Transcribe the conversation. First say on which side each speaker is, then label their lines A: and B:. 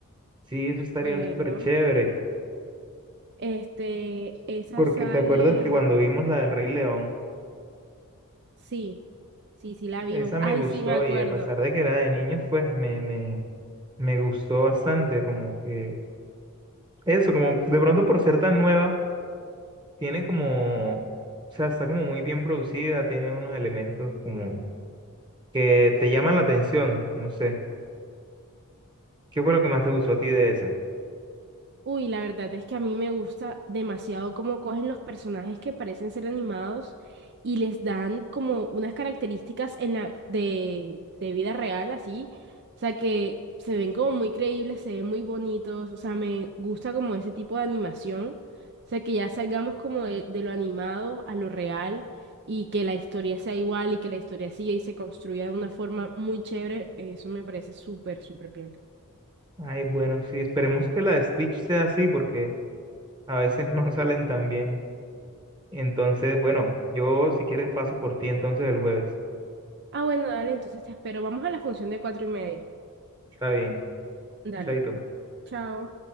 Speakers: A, on the right (about 20°); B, on the right (about 50°).
A: Sí, eso estaría
B: Bueno,
A: súper chévere,
B: este, esa
A: porque
B: sale.
A: te acuerdas que cuando vimos la del Rey León,
B: Sí, sí, sí la vimos.
A: esa me
B: Ay,
A: gustó
B: sí, me acuerdo.
A: y a pesar de que era de niños, pues me, me, me gustó bastante, como que eso, como de pronto por ser tan nueva, tiene como, o sea, está como muy bien producida, tiene unos elementos como que te llaman la atención, no sé, ¿qué fue lo que más te gustó a ti de esa?
B: Uy, la verdad es que a mí me gusta demasiado cómo cogen los personajes que parecen ser animados y les dan como unas características en la, de, de vida real, así. O sea, que se ven como muy creíbles, se ven muy bonitos. O sea, me gusta como ese tipo de animación. O sea, que ya salgamos como de, de lo animado a lo real y que la historia sea igual y que la historia siga y se construya de una forma muy chévere. Eso me parece súper, súper bien.
A: Ay, bueno, sí, esperemos que la de Stitch sea así, porque a veces <laughs> no salen tan bien. Entonces, bueno, yo si quieres paso por ti entonces el jueves.
B: Ah, bueno, dale, entonces te espero. Vamos a la función de cuatro y media.
A: Está bien,
B: Dale,
A: chaito.
B: chao.